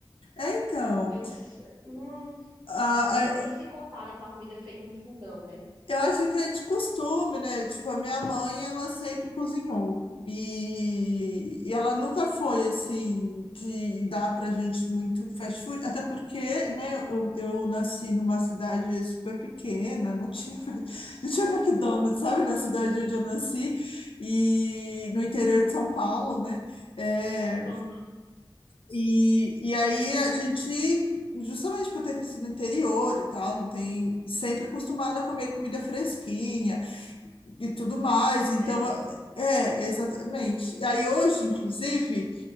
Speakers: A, on the left (about 85°); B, on the right (about 70°).
A: É, então,
B: Eu não sei. hum,
A: a-
B: nem
A: a-
B: se compara com a comida feita no fogão, né?
A: eu acho que é de costume, né? Tipo, a minha mãe, ela sempre cozinhou. E, e ela nunca foi, assim, de dar pra gente muito fast food. Até porque, né, eu, eu nasci numa cidade super pequena, não tinha, <laughs> não tinha McDonald's, sabe? Na cidade onde eu nasci. E no interior de São Paulo, né? É,
B: Uhum.
A: E, e aí a gente, justamente por ter crescido no interior e tal, não tem sempre acostumado a comer comida fresquinha e tudo mais.
B: Delícia.
A: Então, é, exatamente. Aí hoje, inclusive,